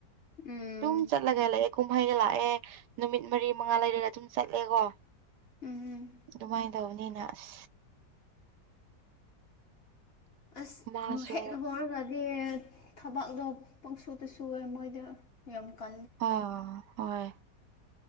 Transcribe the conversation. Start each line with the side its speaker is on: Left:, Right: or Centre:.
Left: ꯎꯝ
Right: ꯑꯗꯨꯝ ꯆꯠꯂꯒ ꯂꯩ ꯀꯨꯝꯍꯩꯒ ꯂꯥꯛꯑꯦ ꯅꯨꯃꯤꯠ ꯃꯔꯤ ꯃꯉꯥ ꯂꯩꯔꯒ ꯑꯗꯨꯝ ꯆꯠꯂꯦꯀꯣ
Left: ꯎꯝ
Right: ꯑꯗꯨꯃꯥꯏꯅ ꯇꯧꯅꯤꯅꯥꯁ
Left: ꯑꯁ
Right: ꯃꯥꯁꯨ
Left: ꯍꯦ ꯍꯔꯒꯗꯦ ꯊꯕꯥꯛꯗꯣ ꯄꯪꯁꯨꯇ ꯁꯨꯑꯦ ꯃꯣꯏꯗꯤ ꯌꯥꯝ ꯀ
Right: ꯑ ꯍꯣꯏ